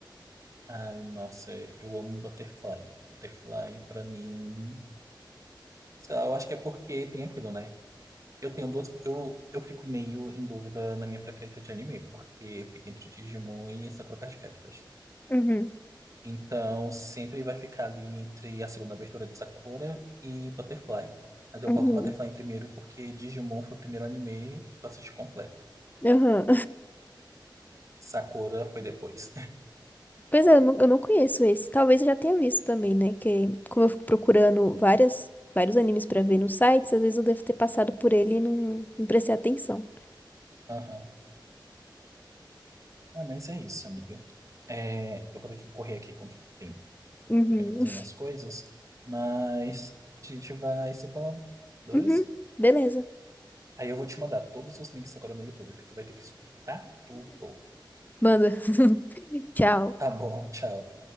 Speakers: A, on the right; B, on the left.
A: Ai, nossa, eu amo Butterfly. Butterfly, pra mim. Sei lá, eu acho que é porque tem aquilo, né? Eu tenho duas. Eu, eu fico meio em dúvida na minha preferência de anime, porque fica entre Digimon e Sakura Card Captors.
B: Uhum,
A: Então, sempre vai ficar ali entre a segunda abertura de Sakura e Butterfly. Mas eu
B: uhum,
A: coloco Butterfly em primeiro porque Digimon foi o primeiro anime que eu assisti completo.
B: uhum.
A: Sakura foi depois.
B: Pois é, eu não, eu não conheço esse. Talvez eu já tenha visto também, né? Que como eu fico procurando várias, vários animes pra ver nos sites, às vezes eu devo ter passado por ele e não, não prestei atenção.
A: <laughs> Aham. Ah, mas é isso, amiga. É, eu vou ter que correr aqui contra o tempo.
B: Uhum.
A: Eu tenho que fazer
B: <laughs>
A: umas coisas, mas a gente vai se falando, beleza?
B: Uhum. Beleza.
A: Aí eu vou te mandar todos os links agora no YouTube, porque tu vai ter que escutar tudo.
B: Manda. <laughs> Tchau.
A: Tá bom, tchau.